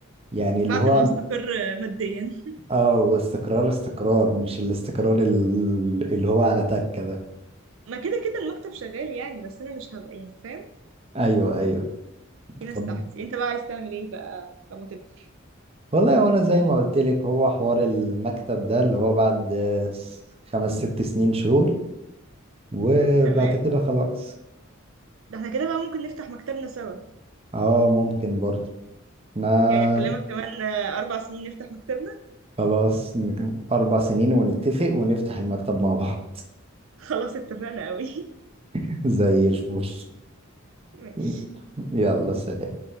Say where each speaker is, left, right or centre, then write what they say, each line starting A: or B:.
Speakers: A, on the right (about 30°); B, on the right (about 70°).
A: يعني اللي
B: بعد
A: هو
B: ما استقر ماديا <laughs>
A: اه واستقرار استقرار مش الاستقرار ال- اللي هو على تكة ده
B: ما كده كده المكتب شغال يعني بس انا مش هبقى يعني فاهم
A: ايوه ايوه
B: في ناس
A: طب
B: تحتي انت بقى عايز تعمل ايه بقى لما تكبر
A: والله وانا زي ما قلت لك هو حوار المكتب ده اللي هو بعد آه، س- خمس ست سنين شهور وبعد
B: تمام
A: كده خلاص
B: ده احنا كده بقى ممكن نفتح مكتبنا سوا
A: اه ممكن برضه احنا
B: يعني اكلمك كمان آه، اربع سنين نفتح مكتبنا
A: خلاص نك- اربع سنين ونتفق ونفتح المكتب مع بعض
B: <laughs> خلاص اتفقنا قوي
A: <laughs> زي الفل
B: <laughs> ماشي
A: <laughs> يلا سلام